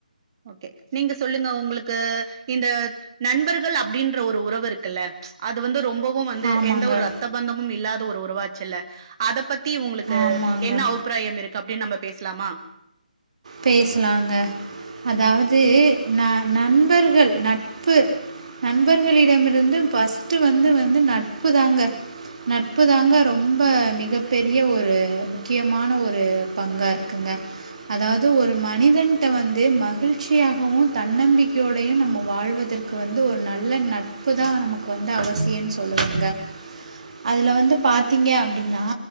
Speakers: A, on the right; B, on the right.
A: ஓக்கே நீங்க சொல்லுங்க உங்களுக்கு இந்த நண்பர்கள் அப்படின்ற ஒரு உறவு இருக்குல்ல அது வந்து ரொம்பவு வந்து
B: ஆமாங்க
A: எந்த ஒரு ரத்த பந்தமு இல்லாத ஒரு உறவா ல்ல அத பத்தி தி உங்களுக்கு
B: ஆமாங்க
A: என்ன அபிப்பிராயம் இருக்கு அப்படின்னு நம்ம பேசலாமா
B: பேசலாங்க அதாவது ந நண்பர்கள் நட்பு நண்பர்களிடமிருந்து ஃபஸ்ட் வந்து வந்து நட்பு தாங்க நட்பு தாங்க ரொம்ப மிகப்பெரிய ஒரு முக்கியமான ஒரு பங்கா இருக்குங்க அதாவது வந்து ஒரு மனிதன்ட வந்து மகிழ்ச்சியாகவும் தன்னம்பிக்கையோடையும் நம்ம வாழ்வதற்கு வந்து ஒரு நல்ல நட்பு தான் நமக்கு வந்து அவசியம்ன்னு சொல்லுதுவங்க அதுல வந்து பாத்தீங்க அப்படின்னா